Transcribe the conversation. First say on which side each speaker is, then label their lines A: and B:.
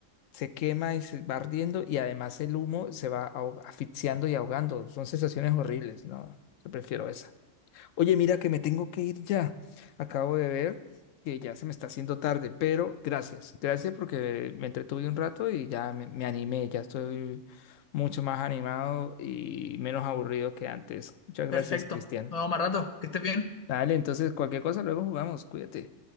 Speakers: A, on the left; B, on the left.
A: Se quema y se va ardiendo y además el humo se va ahog- asfixiando y ahogando. Son sensaciones horribles, ¿no? Yo prefiero esa. Oye, mira que me tengo que ir ya. Acabo de ver que ya se me está haciendo tarde, pero gracias. Gracias porque me entretuve un rato y ya me, me animé, ya estoy mucho más animado y menos aburrido que antes. Muchas
B: perfecto.
A: gracias, Cristian.
B: Nos vemos más rato. Que estés bien.
A: Dale, entonces cualquier cosa luego jugamos, cuídate.